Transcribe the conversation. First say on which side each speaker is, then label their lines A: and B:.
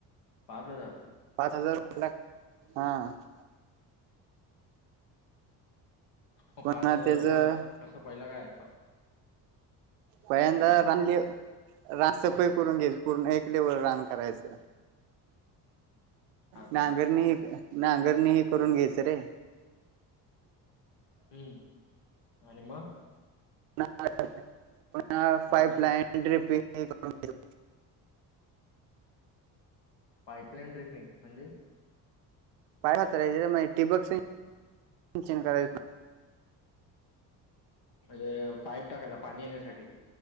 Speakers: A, on the left (about 55°); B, on the right (about 85°).
A: पाच हजार
B: पाच हजार. <unintelligible>
A: मं
B: पुन्हा
A: पाच हजार
B: त्याच
A: रुपय कस पहिला काय आहे पा.
B: पहिल्यांदा
A: लागतं
B: रानले रान सफाई करून घ्यायची पूर्ण एक लेवलं रान करायचं.
A: अच्छा
B: नांगरणी हे, नांगरणी हे करून घ्यायचं रे.
A: हूं आणि म.
B: <unintelligible>
A: नांगर पाईपलाईन ड्रिपिंग म्हणजे?
B: पाइप हाताळायचे ठीबक सिंचन <inaudible> सिंचन करायच.
A: म्हणजे पाईप टाकायचा पाणी येण्यासाठी.